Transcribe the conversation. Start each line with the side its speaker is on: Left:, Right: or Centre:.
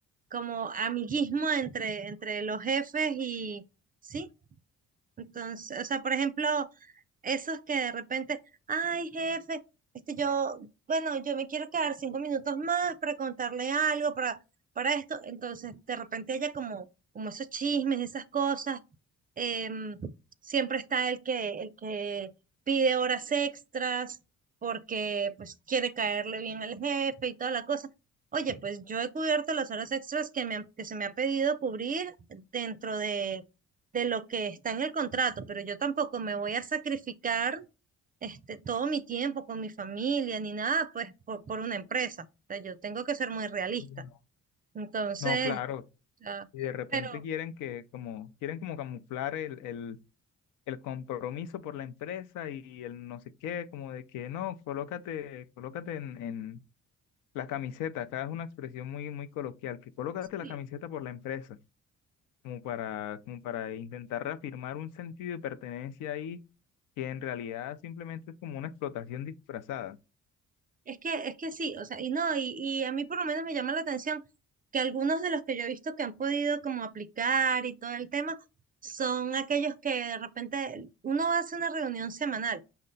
Right: como amiguismo entre, entre los jefes y sí. Entonces, o sea, por ejemplo, Esos que de repente, ay, jefe, este yo, bueno, yo me quiero quedar cinco minutos más para contarle algo, para, para esto. Entonces, de repente haya como, como esos chismes, esas cosas. Em, siempre está el que, el que pide horas extras porque pues quiere caerle bien al jefe y toda la cosa. Oye, pues yo he cubierto las horas extras que me han- que se me ha pedido cubrir dentro de de lo que está en el contrato, pero yo tampoco me voy a sacrificar este, todo mi tiempo con mi familia ni nada, pues por, por una empresa. O sea, yo tengo que ser muy realista.
Left: Y No.
Right: Entonces,
Left: No, claro.
Right: ah,
Left: Y de repente
Right: pero
Left: quieren que como quieren como camuflar el, el, el compromiso por la empresa y el no sé qué, como de que no, colócate, colócate en, en la camiseta, acá es una expresión muy, muy coloquial, que colócate
Right: sí,
Left: la camiseta por la empresa, como para, como para intentar reafirmar un sentido de pertenencia ahí que en realidad simplemente es como una explotación disfrazada.
Right: es que, es que sí, o sea, y no, y, y a mí por lo menos me llama la atención que algunos de los que yo he visto que han podido como aplicar y todo el tema son aquellos que de repente uno hace una reunión semanal.